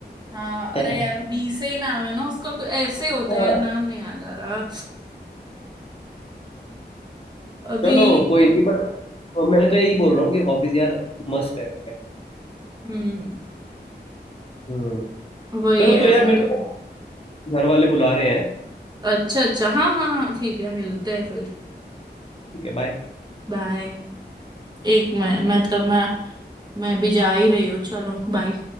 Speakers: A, on the right; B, on the left.
A: हाँ अरे
B: <laughs>
A: यार बी से ही नाम है ना उसका कुछ ऐसे ही होता
B: हाँ,
A: है यार नाम नहीं याद आ रहा अभी
B: चलो कोई नहीं पर मैं तो यही बोल रहा हूँ कि हॉबीज यार मस्ट है
A: हम्म
B: हम्म
A: वही
B: चलो
A: है
B: तो यार
A: मतलब
B: मेरे को घर वाले बुला रहे हैं
A: अच्छा अच्छा हाँ हाँ हाँ ठीक है मिलते हैं फिर
B: ठीक है बाय
A: बाय एक मैं मैं तब मैं मैं भी जा ही रही हूँ चलो बाय